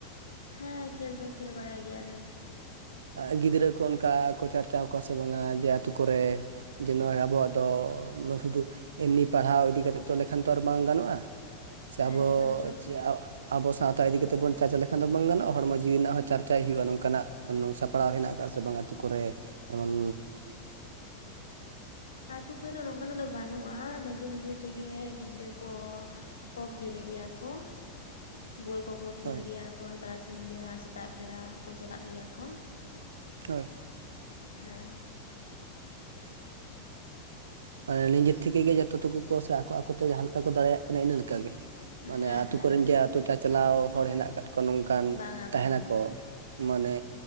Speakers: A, on the left; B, on the right.
A: ᱦᱮᱸ ᱠᱷᱮᱞ ᱫᱚ ᱠᱷᱮᱞ ᱵᱟᱲᱟᱭ ᱜᱮᱭᱟᱞᱮ
B: ᱟ ᱜᱤᱫᱽᱨᱟᱹ ᱠᱚ ᱚᱱᱠᱟ ᱠᱚ ᱪᱟᱨᱪᱟᱣ ᱠᱚᱣᱟ ᱥᱮ ᱵᱟᱝᱼᱟ ᱡᱮ ᱟᱹᱛᱩ ᱠᱚ ᱨᱮᱼᱼ ᱡᱮ ᱱᱚᱜ-ᱚᱭ ᱟᱵᱚᱣᱟᱜ ᱫᱚ <unintelligible> ᱥᱩᱫᱩᱼᱼ ᱮᱢᱱᱤ ᱯᱟᱲᱦᱟᱣ ᱤᱫᱤ ᱠᱟᱛᱮᱫ ᱛᱚ ᱞᱮᱠᱷᱟᱱ ᱛᱚ ᱟᱨ ᱵᱟᱝ ᱜᱟᱱᱚᱜ-ᱟ ᱥᱮ
A: ᱦᱮᱸ
B: ᱟᱵᱚ
A: ᱡᱷᱚᱛᱚ ᱠᱤᱪᱷᱩ
B: ᱪᱮᱫ <unintelligible> ᱟᱵᱚ ᱥᱟᱶᱛᱟ ᱤᱫᱤ ᱠᱟᱛᱮᱫ ᱵᱚᱱ ᱪᱟᱨᱪᱟ ᱞᱮᱠᱷᱟᱱ ᱫᱚ ᱵᱟᱝ ᱜᱟᱱᱚᱜᱼᱟ ᱦᱚᱲᱢᱚ ᱡᱤᱣᱤ ᱨᱮᱱᱟᱜ ᱦᱚᱸ ᱪᱟᱨᱪᱟᱭ ᱦᱩᱭᱩᱜ-ᱟ ᱱᱚᱝᱠᱟ ᱱᱟᱜᱼᱼ <unintelligible> ᱥᱟᱯᱲᱟᱣ ᱦᱮᱱᱟᱜ ᱟᱠᱟᱫ ᱥᱮ ᱵᱟᱝ ᱟᱹᱛᱩ ᱠᱚ ᱨᱮ ᱮᱢᱚᱱᱼᱼ
A: ᱟᱹᱛᱩ ᱠᱚ ᱨᱮ ᱫᱚ ᱱᱚᱝᱠᱟᱱᱟᱜ ᱫᱚ ᱵᱟᱹᱱᱩᱜ-ᱟ ᱱᱤᱡᱮ ᱱᱤᱡᱮ ᱛᱮ ᱜᱮ ᱜᱤᱫᱽᱨᱟᱹ ᱠᱚᱼᱼ ᱠᱚ ᱠᱷᱮᱞ ᱜᱮᱭᱟ ᱠᱚ ᱵᱚᱞ ᱠᱚ ᱠᱚᱼᱼ ᱠᱚ ᱠᱷᱮᱞ
B: ᱦᱳᱭ
A: ᱜᱮᱭᱟ ᱠᱚ ᱛᱟᱨᱟᱥᱤᱧ ᱵᱮᱲᱟ ᱥᱮᱛᱟᱜ ᱵᱮᱲᱟ ᱠᱚ ᱪᱟᱞᱟᱜ ᱜᱮᱭᱟ ᱠᱚ
B: ᱦᱳᱭ
A: ᱦᱮᱸ
B: ᱢᱟᱱᱮ ᱱᱤᱡᱮᱨ ᱛᱷᱮᱠᱮ ᱜᱮ ᱡᱚᱛᱚ ᱴᱩᱠᱩ ᱠᱚ ᱥᱮ ᱟᱠᱚ ᱟᱠᱚ ᱛᱮ ᱡᱟᱦᱟᱸ ᱞᱮᱠᱟ ᱠᱚ ᱫᱟᱲᱮᱭᱟᱜᱼᱟ ᱤᱱᱟᱹ ᱞᱮᱠᱟ ᱜᱮ ᱢᱟᱱᱮ
A: ᱦᱮᱸ
B: ᱟᱛᱳ
A: ᱦᱮᱸ
B: ᱠᱚ ᱨᱮᱱ ᱡᱮ ᱟᱛᱳ ᱪᱟᱪᱟᱞᱟᱣ ᱦᱚᱲ ᱦᱮᱱᱟᱜ ᱟᱠᱟᱫ ᱠᱚᱣᱟ ᱱᱚᱝᱠᱟᱼᱼ ᱚᱱᱠᱟᱱ
A: ᱵᱟᱝᱟ
B: ᱛᱟᱦᱮᱱ
A: ᱵᱟᱝᱟ
B: ᱟᱠᱚ
A: ᱵᱟᱝᱟ
B: ᱢᱟᱱᱮ